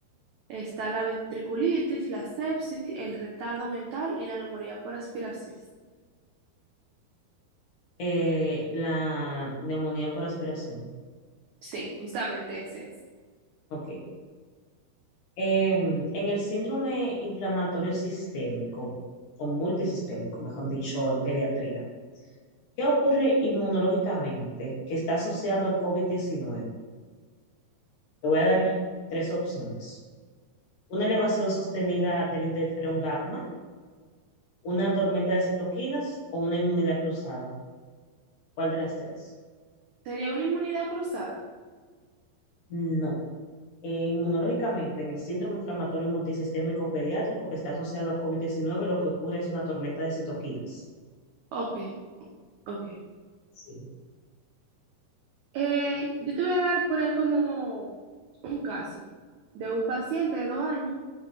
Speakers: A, on the right; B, on the left.
A: Está la ventriculitis, la sepsis, el retardo mental y la neumonía por aspiración.
B: Eh, la neumonía por aspiración.
A: Sí, justamente ese es.
B: Ok. Em, en el síndrome inflamatorio sistémico o multisistémico, mejor dicho, en pediatría, ¿qué ocurre inmunológicamente que está asociado al COVID-19? Te voy a dar tres opciones. Una elevación sostenida del interferón gamma, una tormenta de citoquinas o una inmunidad cruzada. ¿Cuál de las tres?
A: ¿Sería una inmunidad cruzada?
B: No. Eh, inmunológicamente, en el síndrome inflamatorio multisistémico pediátrico que está asociado a covid diecinueve, lo que ocurre es una tormenta de citoquinas.
A: Ok, ok.
B: Sí.
A: Eh, yo te voy a dar, poner como un caso de un paciente de dos años